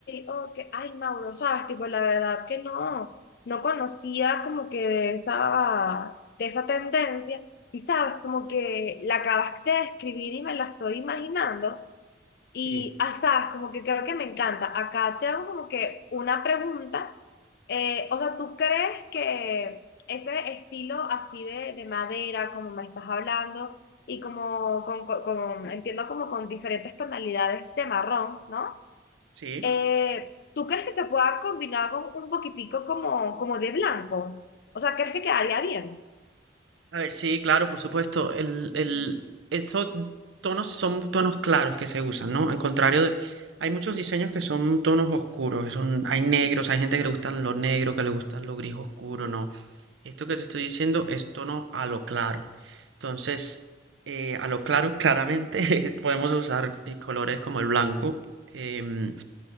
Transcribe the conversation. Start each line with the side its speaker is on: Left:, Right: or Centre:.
Left: ok. Ay, Mauro, sabes, tipo, la verdad que no, no conocía como que de esa, de esa tendencia. Y sabes, como que la acabaste de escribir y me la estoy imaginando. Y,
Right: Sí,
Left: ay, sabes, como que creo que me encanta. Acá te hago como que una pregunta Eh, o sea, ¿tú crees que ese estilo así de, de madera, como me estás hablando, y como con, con- con- entiendo como con diferentes tonalidades de marrón, ¿no?
Right: sí.
Left: Eh, ¿tú crees que se pueda combinar con un poquitico como, como de blanco? O sea, ¿crees que quedaría bien?
Right: A ver, sí, claro, por supuesto. El, el, estos tonos son tonos claros que se usan, ¿no? Al contrario de... Hay muchos diseños que son tonos oscuros, que son, hay negros, hay gente que le gustan lo negro, que le gustan lo gris oscuro, ¿no? Esto que te estoy diciendo es tono a lo claro. Entonces, eh, a lo claro, claramente <laughs> podemos usar eh, colores como el blanco, em,